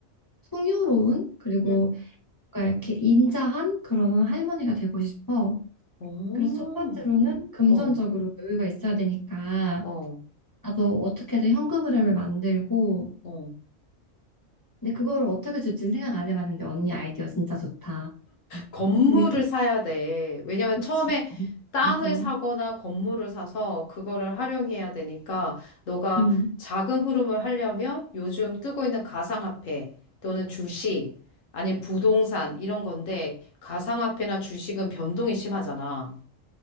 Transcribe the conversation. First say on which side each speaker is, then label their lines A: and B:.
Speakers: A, on the left; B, on the left.
A: 풍요로운, 그리고
B: 응.
A: 뭔가 이렇게 인자한 그런 할머니가 되고 싶어.
B: 어,
A: 그래서 첫 번째로는 금전적으로
B: 어,
A: 여유가 있어야 되니까.
B: 어,
A: 나도 어떻게든 현금 흐름을 만들고,
B: 어.
A: 근데 그거를 어떻게 줄지는 생각 안 해봤는데 언니 아이디어 진짜 좋다. 응.
B: 건물을
A: 그리고
B: 사야 돼. 왜냐면
A: 그치
B: 처음에 땅을
A: 맞아.
B: 사거나 건물을 사서 그거를 활용해야 되니까 너가
A: 응응응응응.
B: 자금 흐름을 하려면 요즘 뜨고 있는 가상화폐 또는 주식 아니면 부동산 이런 건데 가상화폐나 주식은 변동이 심하잖아.